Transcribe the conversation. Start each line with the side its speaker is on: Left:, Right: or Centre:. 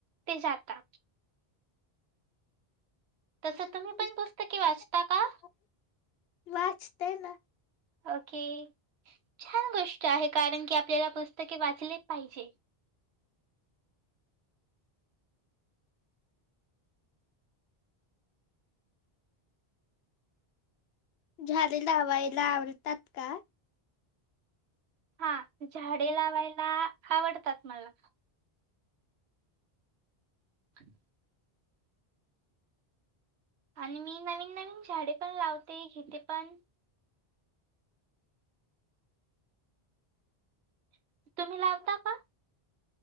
Right: ते जाता तसं
Left: <unintelligible>
Right: तुम्ही पण पुस्तके वाचता का
Left: <inaudible> अच ते ना
Right: ओके छान गोष्ट आहे कारण की आपल्याला पुस्तके वाचलेचं पाहिजे
Left: झाडे लावायला आवडतात का
Right: हा झाडे लावायला आवडतात मला <inaudible> आणि मी नवीन नवीन झाडे पण लावते घेते पण तुम्ही
Left: <inaudible>
Right: लावता का